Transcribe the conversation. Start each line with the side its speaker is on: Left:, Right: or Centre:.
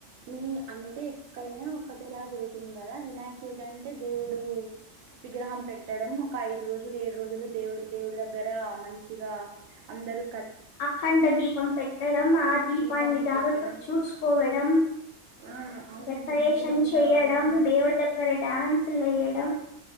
Right: మీ అంటే ఎక్కడైనా ఒకటేలా జరుగుతుంది కదా వినాయక చవితి అంటే దేవుడు విగ్రహం పెట్టడం ఒక ఐదు రోజులు ఏడు రోజులు దేవుడు దేవుడి దగ్గర మంచిగా అందరు
Left: అఖండ దీపం పెట్ పెట్టడం ఆ దీపాన్ని
Right: దీపం
Left: జాగ్రత్తగా
Right: పెట్టడం
Left: చూసుకోవడం
Right: ఆ అవునండి
Left: డెకరేషన్
Right: వీధిలో ఉన్న
Left: చేయడం
Right: వాళ్ళందరూ
Left: దేవుడి దగ్గర డాన్స్లుయ మేడ